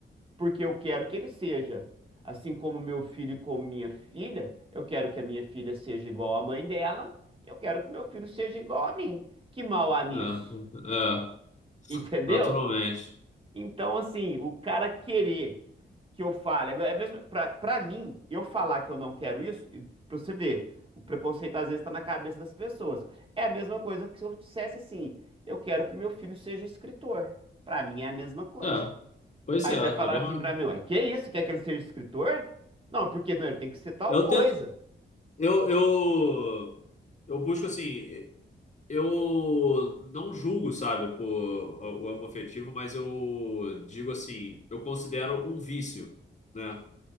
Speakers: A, on the right; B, on the left.
A: porque eu quero que ele seja. Assim como meu filho e como minha filha, eu quero que a minha filha seja igual à mãe dela, eu quero que meu filho seja igual a mim. Que mal há nisso?
B: é, é,
A: <laughs> Entendeu?
B: naturalmente.
A: Então, assim, o cara querer que eu fale, agora, é mesmo pra, pra mim, eu falar que eu não quero isso, e pra você ver, o preconceito às vezes tá na cabeça das pessoas. É a mesma coisa que se eu dissesse assim, eu quero que meu filho seja escritor. Pra mim é a mesma coisa.
B: É, pois
A: Aí
B: é, é
A: você
B: a
A: vai falar
B: mesma.
A: assim pra mim, ué, que isso? Quer que ele seja escritor? Não, porque não, ele tem que ser tal
B: Eu
A: coisa.
B: tento, eu, eu, eu busco assim. Eu não julgo, sabe, por o homoafetivo, mas eu digo assim, eu considero um vício, né?